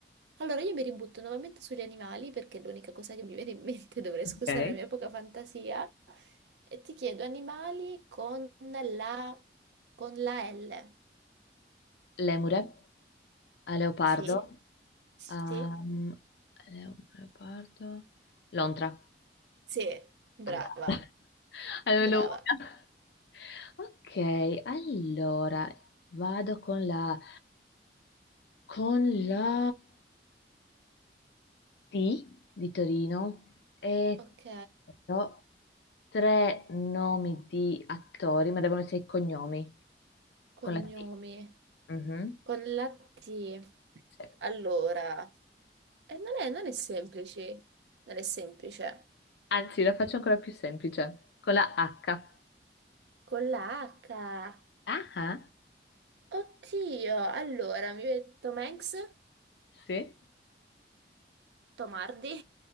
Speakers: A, on the right; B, on the left.
A: Allora io mi ributto nuovamente sugli animali perché è l'unica cosa che mi viene in mente, <laughs> dovrei scusare
B: Ok.
A: la mia poca fantasia, e ti chiedo animali con la, con la L.
B: Lemure, a leopardo,
A: Sì? Sì?
B: um, leo- leopardo, Lontra,
A: Sì, brava,
B: andata. <laughs> Almeno
A: brava.
B: una. Ok, allora vado con la con la T di Torino e
A: Ok.
B: però tre nomi di attori, ma devono essere i cognomi
A: Cognomi
B: con la T. Mhm.
A: con la T.
B: Sì.
A: Allora, eh, non è, non è semplice, non è semplice.
B: Anzi, la faccio ancora più semplice, con la H.
A: Con la H.
B: Ah, ah,
A: Oddio, allora mi viene Tom Hanks,
B: sì.
A: Tom Hardy.